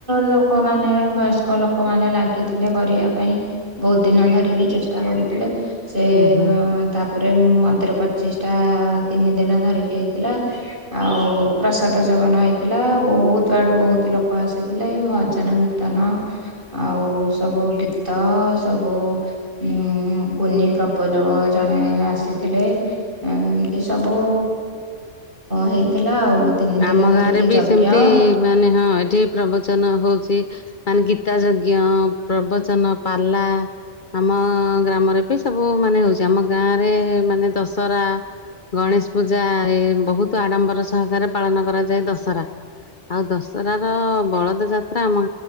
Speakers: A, on the right (about 45°); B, on the left (about 45°).
A: ଲୋକମାନେ ବୟସ୍କ ଲୋକମାନେ ଲାଗିଥିଲେ କରିବା ପାଇଁ ବହୁତ। ଦିନ ଧରିକି ଚେଷ୍ଟା କରିଥିଲେ ସେ
B: ଉହୁଁ
A: ଉଁ ରେ ମନ୍ଦିର ପଚିଶ ଟା ତିନି ଦିନ ଧରିକି ହେଇଥିଲା ଆଉ ପ୍ରସାଦ ସେ ସେବନ ହେଇଥିଲା ବହୁତ ଆଡ଼ୁ ବହୁତ ଲୋକ ଆସିଥିଲେ ଭଜନ କୀର୍ତ୍ତନ ଆଉ ସବୁ ଗୀତ ସବୁ ଉ କୁନି ପ୍ରବଚକ ଜଣେ ଆସିଥିଲେ ଏମିତି ସବୁ ହେଇଥିଲା ଆଉ। ତିନି ଦିନ
B: ଆମ
A: ଧରିକି
B: ଗାଁରେ ବି
A: ଯଜ୍ଞ
B: ସେମିତି ମାନେ ହଁ ଏଠି ପ୍ରବଚନ ହଉଛି। ମାନେ ଗୀତା ଯଜ୍ଞ ପ୍ରବଚନ ପାଲା। ଆମ ଗ୍ରାମରେ ବି ସବୁ ମାନେ ହଉଛି ଆମ ଗାଁ ରେ ମାନେ ଦଶହରା। ଗଣେଶ ପୂଜା ଏ ବହୁତ ଆଡ଼ମ୍ବର ସହକାରେ ପାଳନ କରାଯାଏ ଦଶରା। ଆଉ ଦଶରା ର ବଳଦ ଯାତ୍ରା ଆମ